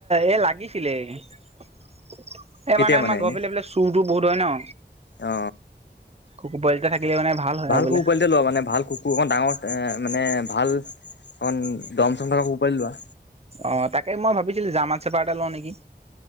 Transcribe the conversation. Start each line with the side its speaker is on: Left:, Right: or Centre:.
Right: এ লাগিছিলেই। এই
Left: কেতিয়া
Right: মানে আমাৰ
Left: এনে
Right: ঘৰৰ ফালে বোলে চুৰতটো বহুত হয় ন?
Left: অ
Right: কুকুৰ পোৱালী এটা থাকিলে মানে ভাল হয় আৰু
Left: কুকুৰ
Right: বোলে।
Left: পোৱালিতে লোৱা মানে ভাল কুকুৰ অকন ডাঙৰ এ মানে ভাল অকন দম চম থকা কুকুৰ পোৱালী লোৱা।
Right: অঁ, তাকে মই ভাবিছিলোঁ ৰ্জামান চাফাৰ এটা লওঁ নেকি?